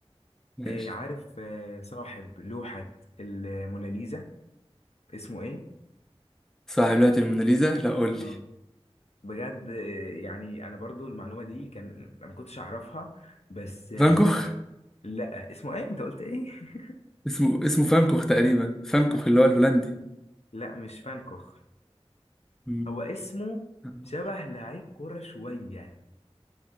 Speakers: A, in the centre; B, on the left.
A: ماشي
B: آه عارف آه صاحب لوحه الموناليزا اسمه ايه
A: صاحب لوحة الموناليزا لا قول لي
B: اه بجد آه، يعني انا برضو المعلومه دي كان ما كنتش اعرفها بس آه،
A: فان كوخ
B: لا اسمه ايه انت قلت ايه <laughs>
A: اسمه اسمه فانكوخ تقريبا فانكوخ
B: لا
A: اللي هو الهولندي
B: لا مش فانكوخ
A: مم.
B: هو اسمه
A: فان
B: شبه
A: كوخ.
B: لعيب كوره شويه